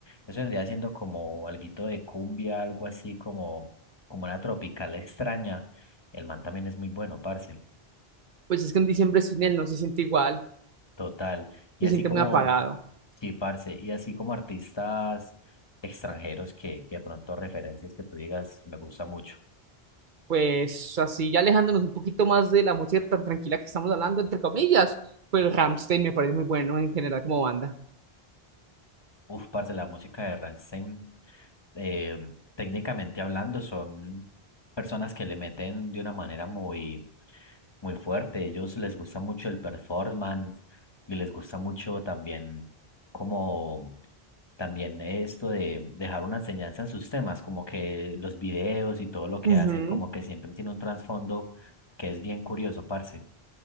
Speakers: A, on the left; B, on the right.
A: eso vendría siendo como alguito de cumbia, algo así como, como una tropical <laughs> extraña. El man también es muy bueno, parce.
B: Pues es que un diciembre sin él no se siente igual,
A: Total. Y
B: se
A: así
B: siente
A: como,
B: muy apagado.
A: sí, parce, y así como artistas extranjeros que, que de pronto referencias que tú digas, me gusta mucho.
B: Pues así, ya alejándonos un poquito más de la música tan tranquila que estamos hablando, entre comillas, pues Rammstein me parece muy bueno en general como banda.
A: Uf, parce, la música de Rammstein, eh, técnicamente hablando, son personas que le meten de una manera muy muy fuerte. Ellos les gusta mucho el performance y les gusta mucho también como también esto de dejar una enseñanza en sus temas, como que los videos y todo lo que
B: Ujú.
A: hacen, como que siempre tiene un trasfondo que es bien curioso, parce.